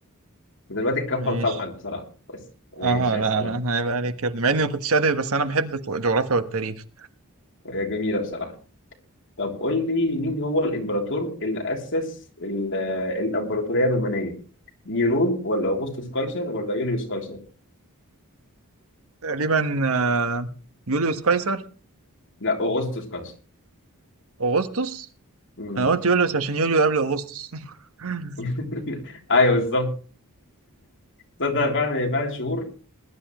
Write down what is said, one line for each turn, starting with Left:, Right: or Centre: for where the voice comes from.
Left: دلوقتي الكفه
Right: ماشي
Left: لصالحك بصراحه بس ماشي
Right: اه لا
Left: اسالك
Right: لا انا هيبقى عليك يا ابني مع اني ما كنتش ادبي بس انا بحب الجغرافيا والتاريخ
Left: هي جميله بصراحه طب قول لي مين هو الامبراطور اللي اسس ال- الامبراطوريه الرومانيه نيرون ولا اوغسطس قيصر ولا يوليوس قيصر
Right: تقريبا آه، يوليوس قيصر
Left: لا اوغسطس قيصر
Right: اغسطس
Left: مم.
Right: انا قلت يوليو بس عشان يوليو قبل اغسطس <laughs>
Left: <laughs> ايوه بالظبط تصدق فعلا فعلا شهور